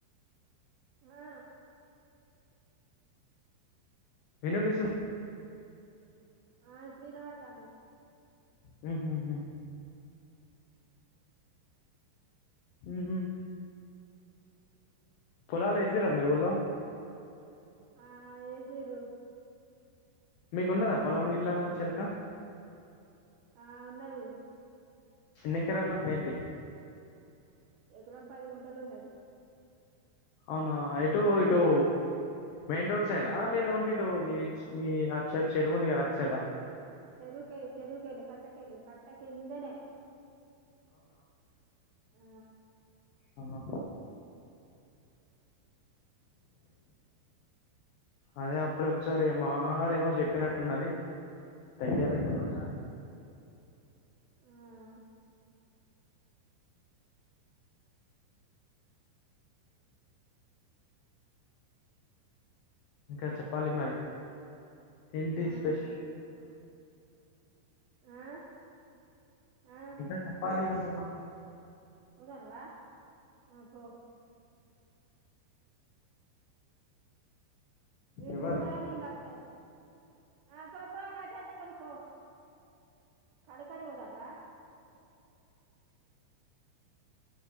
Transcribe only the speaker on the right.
ఆ
ఆ ఇప్పుడు ఇనబడుతాంది
ఆ ఏసిర్రు
ఆ ఉన్నది
ఎకరం పది గుంటలు ఉన్నది
చెరువు కేయి చెరువు కెల్లి కట్టా కేల్లి కట్ట కిందనే ఆ
ఉమ్మ్
ఆ
చెప్పు ఆ ఆ
పోతనవా ఆ పో నీ
దూడ నేను కట్టేయలే ఆ పో పో కట్టే పో కాలి కడ పోతనవా <inaudible>